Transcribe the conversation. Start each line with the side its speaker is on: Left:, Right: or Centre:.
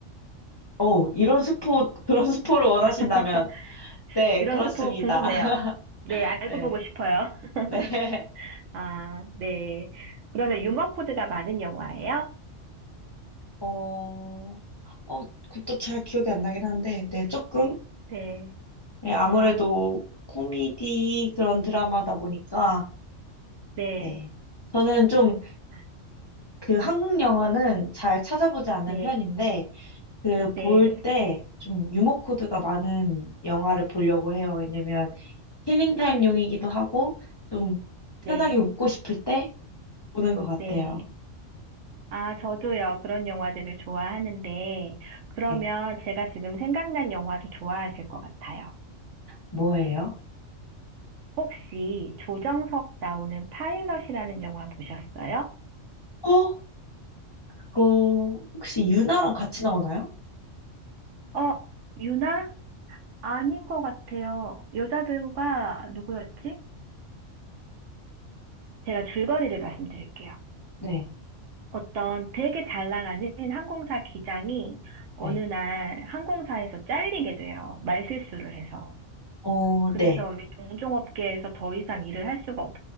Left: 어, 이런 스포 그런 스포를 원하신다면
Right: <laughs>
Left: 네,
Right: 이런
Left: 그렇습니다.
Right: 스포 궁금해요.
Left: <laughs>
Right: 네, 알고
Left: 네.
Right: 보고 싶어요. <laughs>
Left: 네.
Right: 아, 네. 그러면 유머 코드가 많은 영화예요?
Left: 어, 어, 그것도 잘 기억이 안 나긴 한데, 네, 조금
Right: 네.
Left: 네, 아무래도
Right: 어,
Left: 코미디 그런 드라마다 보니까,
Right: 네.
Left: 네. 저는 좀,
Right: 아,
Left: 그 한국 영화는 잘 찾아보지 않는
Right: 네.
Left: 편인데, 그
Right: 네.
Left: 볼 때 좀 유머 코드가 많은 영화를 보려고 해요. 왜냐면 힐링 타임용이기도 하고, 좀
Right: 네.
Left: 편하게 웃고 싶을 때 보는 것 같아요.
Right: 네. 아, 저도요. 그런 영화들을 좋아하는데, 그러면
Left: 네.
Right: 제가 지금 생각난 영화도 좋아하실 것 같아요.
Left: 뭐예요?
Right: 혹시 조정석 나오는 파일럿이라는 영화 보셨어요?
Left: 어? 그거 혹시 유나랑 같이 나오나요?
Right: 어, 유나? 아닌 것 같아요. 여자 배우가 누구였지? 제가 줄거리를 말씀드릴게요.
Left: 네,
Right: 어떤 되게 잘 나가는 항공사 기장이 어느
Left: 네.
Right: 날 항공사에서 잘리게 돼요. 말실수를 해서.
Left: 어,
Right: 그래서
Left: 네,
Right: 왜 동종업계에서 더 이상 일을 할 수가 없,